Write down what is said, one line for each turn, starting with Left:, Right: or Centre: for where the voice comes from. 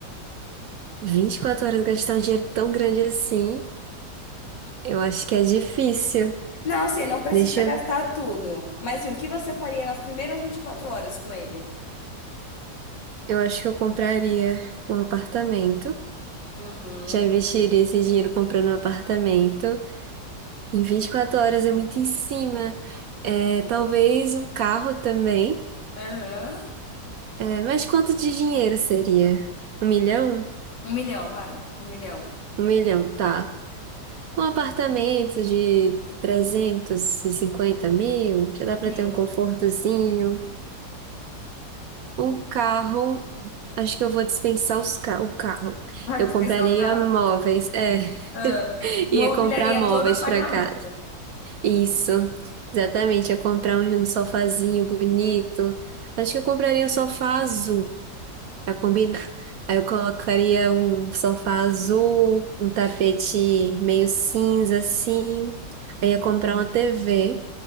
Right: 24 horas gastar um dinheiro tão grande assim, eu acho que é difícil.
Left: Não, assim, não precisa
Right: Deixa
Left: gastar
Right: eu,
Left: tudo. Mas assim, o que você faria nas primeiras 24 horas com ele?
Right: eu acho que eu compraria um apartamento.
Left: Uhum.
Right: Já investiria esse dinheiro comprando um apartamento. Em 24 horas é muito em cima. É, talvez um carro também.
Left: Aham.
Right: É, mas quanto de dinheiro seria? Um milhão?
Left: Um milhão, vai. Um milhão.
Right: Um milhão, tá. Um apartamento de 350 mil, já dá pra
Left: Sim.
Right: ter um confortozinho. Um carro, acho que eu vou dispensar os ca o carro.
Left: Vai
Right: Eu
Left: dispensar
Right: compraria
Left: o carro?
Right: móveis, é,
Left: Ah.
Right: <laughs>
Left: Mobiliaria
Right: ia comprar móveis
Left: todo o apartamento.
Right: pra casa. Isso, exatamente, ia comprar um, um sofazinho bonito. Acho que eu compraria um sofá azul. Pra combinar. Aí eu colocaria um sofá azul, um tapete meio cinza assim. Aí ia comprar uma TV.